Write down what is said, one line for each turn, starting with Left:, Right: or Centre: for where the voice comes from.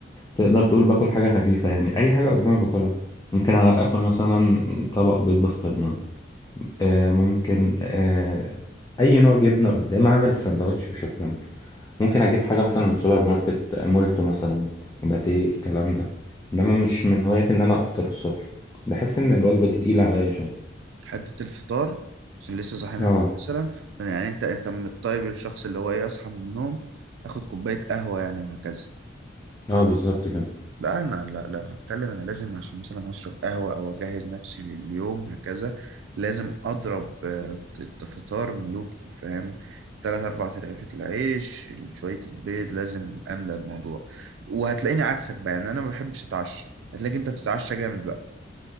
Left: تقدر تقول باكل حاجة خفيفة يعني أي حاجة قدامي باكلها ممكن آكل مثلا طبق بيض بسطرمة آه ممكن آه أي نوع جبنة قدامي أعمل سندوتش وشكرا ممكن أجيب حاجة مثلا من سوبر ماركت مولتو مثلا باتيه الكلام ده إنما مش من هواياتي إن أنا أفطر الصبح بحس إن الوجبة دي تقيلة عليا شوية
Right: حتة الفطار عشان لسه صاحي من
Left: اه
Right: النوم مثلا يعني انت انت من الطيب الشخص اللي هو ايه اصحى من النوم اخد كوباية قهوة يعني وهكذا
Left: اه بالظبط كده
Right: لا انا لا لو هتكلم انا لازم عشان مثلا اشرب قهوة او اجهز نفسي لليوم هكذا لازم اضرب آه، الت- فطار ملوكي فاهم تلات أربع ترغيفة العيش شوية البيض لازم أملى الموضوع وهتلاقيني عكسك بقى يعني أنا ما بحبش أتعشى هتلاقيك أنت بتتعشى جامد بقى